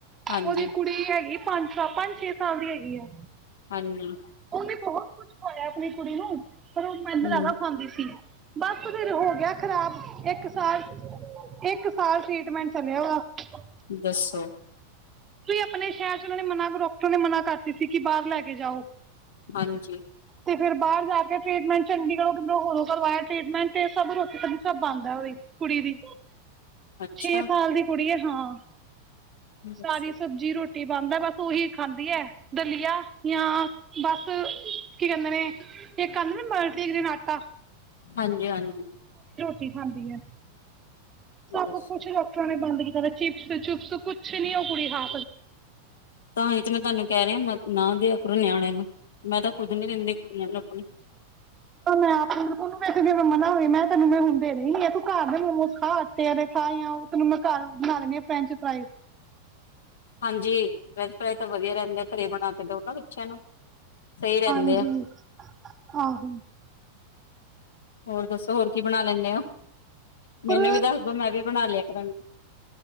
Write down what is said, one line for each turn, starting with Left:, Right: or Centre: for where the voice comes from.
Left: ਹਾਂਜੀ
Right: ਉਹਦੀ ਕੁੜੀ ਹੈਗੀ ਪੰਜ ਸ ਪੰਜ-ਛੇ ਸਾਲਂਦੀ ਹੈਗੀ ਆ
Left: ਹਾਂਜੀ
Right: ਉਹਨੇ ਬਹੁਤ ਕੁਛ ਇਆ ਆਪਣੀ ਕੁੜੀ ਨੂੰ
Left: ਹੂੰ
Right: ਜਾਦਾਂ ਖਾਂਦੀ ਸੀ ਬਸ ਫਰ ਹੋ ਗਿਆ ਖ਼ਰਾਬ ਇੱਕ ਸਾਲ ਇੱਕ ਸਾਲ ਟ੍ਰਿਟਮੈਂਟ ਚੱਲਿਆ ਓਦਾ।
Left: ਦੱਸੋ
Right: ਆਪਣੇ ਸ਼ਹਿਰ ਚ ਉਹਨਾਂ ਨੇ ਮਨਾ ਡਾਕਟਰ ਨੇ ਮਨਾ ਕਰਤੀ ਸੀ। ਕਿ ਬਾਹਰ ਲੈ ਕੇ ਜਾਓ
Left: ਹਾਂਜੀ
Right: ਤੇ ਫਿਰ ਬਾਹਰ ਜਾ ਕੇ ਟ੍ਰੀਟਮੈਂਟ ਚੰਡੀਗੜ੍ਹ ਹੋ ਕਰਵਾਇਆ ਟ੍ਰੀਟਮੈਂਟ ਤੇ ਸਭ ਰੋਟੀ ਸਭ ਬਣਦਾ ਉਹਦੀ ਕੁੜੀ ਦੀ
Left: ਅੱਛਾ
Right: ਛੇ ਸਾਲ ਦੀ ਕੁੜੀ ਹੈ ਹਾਂ
Left: ਦੱਸੋ
Right: ਸਾਰੀ ਸਬਜ਼ੀ ਰੋਟੀ ਬੰਦ ਹੈ ਬਸ ਓਹੀ ਖਾਂਦੀ ਹੈ ਦਲੀਆ ਜਾਂ ਬਸ ਕੀ ਕਹਿੰਦੇ ਨੇ ਇੱਕ ਆਂਦੇ ਨੇ ਬਰ ਦੇਖਦੇ ਨੇ ਆਟਾ
Left: ਹਾਂਜੀ ਹਾਂਜੀ
Right: ਖਾਂਦੀਏ ਸਭ
Left: ਦੱਸੋ
Right: ਕੁਛ ਡਾਕਟਰਾਂ ਨੇ ਬੰਦ ਚਿਪਸ ਚੁਪਸ ਕੁਛ ਨੀ ਉਹ ਕੁੜੀ ਹ
Left: ਤਾਂਹੀ ਤੇ ਮੈਂ ਤੁਹਾਨੂੰ ਕਹਿ ਰਿਹਾ ਮ ਨਾ ਦੀਆ ਕਰੋ ਨਿਆਣੇੈ ਨੂੰ ਮੈਂ ਤਾਂ ਖੁਦ ਨੀ ਦਿੰਦੀ ਕੁੜੀਆਂ ਨੂੰ ਆਪਣੀ
Right: ਮੈਂ ਆਪ ਬਿਲਕੁਲ ਜਿਵੇਂ ਮਨਾ ਮੈਂ ਤੈਨੂੰ ਮੈਂ ਹੁੰਦੇ ਰ ਤੂੰ ਘਰ ਦੇ ਮੋਮੋਸ ਖਾ ਆਟੇ ਵਾਲੇ ਖਾ ਜਾਂ ਤੈਨੂੰ ਮੈਂ ਘਰ ਬਣਾ ਲੈਂਦੀ ਆ ਫਰੈਂਚ ਫਰਾਈ
Left: ਹਾਂਜੀ ਵੈਜ ਫਰਾਈ ਤਾਂ ਵਧੀਆ ਰਹਿੰਦੇ ਘਰੇ ਬਣਾ ਕੇ ਦੋ ਨਾ ਬੱਚਿਆਂ ਨੂੰ ਸਹੀ ਰਹਿੰਦੇ
Right: ਹਾਂਜੀ
Left: ਆ
Right: ਆਹੋ
Left: ਹੋਰ ਦੱਸੋ ਹੋਰ ਕੀ ਬਣਾ ਲੈਂਦੇ ਹੋ
Right: ਪਰ
Left: ਮੈਨੂੰ ਵੀ ਦੱਸ ਦੋ ਮੈਂ ਵੀ ਬਣਾ ਲਿਆ ਕਰਾਂਗੀ।